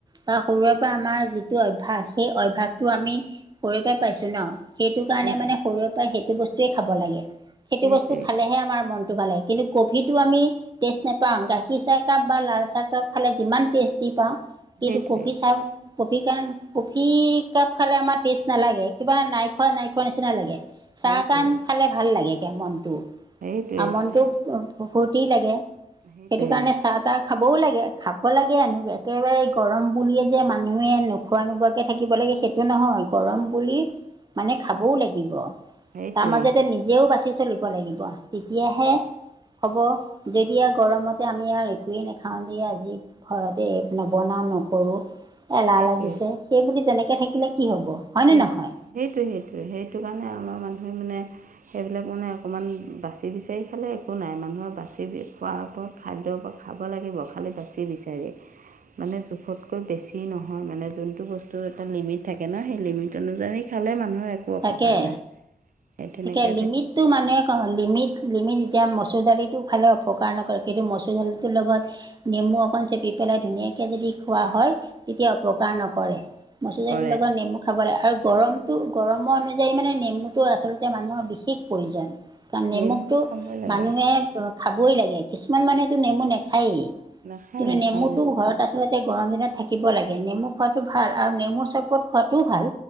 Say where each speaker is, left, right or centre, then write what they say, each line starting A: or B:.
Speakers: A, on the right (about 30°); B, on the right (about 75°).
A: বা সৰুৰে পৰা আমাৰ যিটো অভ্যাস সেই অভ্যাসটো আমি কৰিব পাইছোঁ ন। সেইটো কাৰণে
B: সেইটোৱে
A: মানে সৰুৰ পৰা সেইটো বস্তুৱেই খাব লাগে সেইটো
B: সেইটোৱে
A: বস্তু খালেহে আমাৰ মন মনটো ভাল হয় কফিটো আমি টেষ্ট নেপাওঁ পাওঁ গাখীৰ চাহকাপ বা লাল চাহকাপ খালে যিমান টেষ্টি পাওঁ কিন্তু
B: সেইটোৱে
A: কফি চাহ কফি কাপ কফি কাপ খালে আমাৰ টেষ্ট নালাগে কিবা নাই খোৱা নাই খোৱা নিচিনা লাগে।
B: সেইটোৱে
A: চাহকণ
B: সেইটোৱে
A: খালে ভাল লাগেগৈ মনটো
B: সেইটোৱে
A: আৰু মনটো
B: চাহ
A: ফূৰ্তি লাগে।
B: সেইটোৱে
A: সেইটো কাৰণে চাহ তাহ খাবও লাগে খাব লাগে আৰু একেবাৰে গৰম বুলিয়ে যে মানুহে নোখোৱা নোপোৱাকৈ থাকিব লাগে সেই এইটো নহয় গৰম বুলি মানে খাবও লাগিব।
B: সেইটোৱেই
A: তাৰ মাজতে নিজেও বাচি চলিব লাগিব তেতিয়াহে হ'ব যদি গৰমতে আমি ই একোৱেই নাখাওঁ দে আজি ঘৰতে নবনাওঁ নকৰোঁ। এলাহ
B: সেইটোৱে
A: লাগিছে সেইবুলি তেনেকৈ থাকিলে কি হ'ব। হয়নে
B: কি
A: নহয়
B: হ'ব সেইটোৱে সেইটোৱে সেইটো কাৰণে আমাৰ মানুহে মানে সেইবিলাক মানে অকণমান বাচি বিচাৰি খালে একো নাই মানুহৰ বাচি খোৱাৰ ও খাদ্যৰ খাব লাগিব খালী বাচি বিচাৰি মানে জোখতকৈ বেছি নহয় মানে যোনটো বস্তুৰ এটা লিমিট থাকে ন সেই লিমিট অনুযায়ী খালে মানুহৰ একো অপকাৰ
A: তাকে
B: নাই। সেই তেনেকৈ
A: গতিকে লিমিট
B: থাকি
A: মানুহে ক লিমিট লিমিট এতিয়া মচুৰ দালিটো খালে অপকাৰ নকৰে কিন্তু মচুৰ দালিটোৰ লগত নেমু অকণ চেপি পেলাই ধুনীয়াকৈ যদি খোৱা হয় তেতিয়া অপকাৰ নকৰে। মচুৰ দালিৰ
B: কৰে
A: লগত নেমু খাব লাগে আৰু গৰমতটো গৰমৰ অনুযায়ী মানে নেমুটো আচলতে মানুহৰ বিশেষ প্ৰয়োজন কাৰণ নেমুকটো
B: নেমুটো খাবই লাগে
A: মানুহে অ', খাবই লাগে কিছুমান মানুহেতো নেমু নেখায়েই
B: নাখায়
A: কিন্তু
B: নাখায়
A: নেমুতটো ঘৰত আচলতে তাতে গৰম দিনত থাকিব লাগে নেমু খোৱাতটো ভাল আৰু নেমু চৰ্বত খোৱাতটোও ভাল।